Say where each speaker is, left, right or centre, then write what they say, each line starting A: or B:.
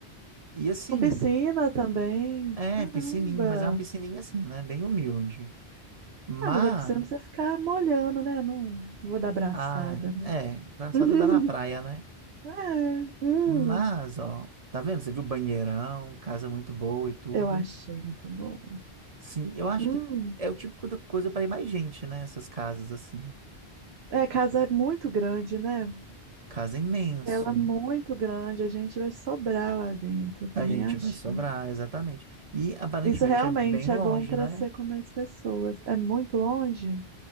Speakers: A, on the right; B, on the right.
A: E assim,
B: Com piscina também.
A: é
B: Caramba.
A: piscininha, mas é uma piscininha assim, né, bem humilde. Mas,
B: Ah, mas a piscina não precisa ficar molhando, né? Não vou dar abraçada,
A: ah,
B: mas.
A: é, braçada
B: <laughs>
A: dá na praia, né?
B: É, hum,
A: Mas, ó, tá vendo? Você viu banheirão, casa muito boa e tudo.
B: eu achei muito boa.
A: Sim, eu acho
B: Hum,
A: que é o tipo de coisa para ir mais gente, né? Essas casas assim.
B: é, casa é muito grande, né?
A: Casa é imenso.
B: Ela é muito grande, a gente vai sobrar lá dentro, eu também
A: A gente
B: achei.
A: vai sobrar, exatamente. E aparentemente
B: Isso realmente
A: é bem
B: é
A: longe,
B: bom para
A: né?
B: ser com mais pessoas. É muito longe?